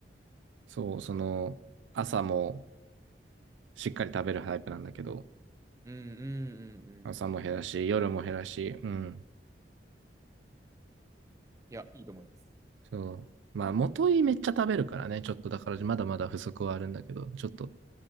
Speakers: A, on the right (about 85°); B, on the right (about 15°).
A: そう、その、朝も、しっかり食べるタイプなんだけど、
B: うんうんうんうん。
A: 朝も減らし、夜も減らし、うん。
B: いや、いいと思います。
A: そう。まあ、元いめっちゃ食べるからね、ちょっとだからまだまだ不足はあるんだけど、ちょっと、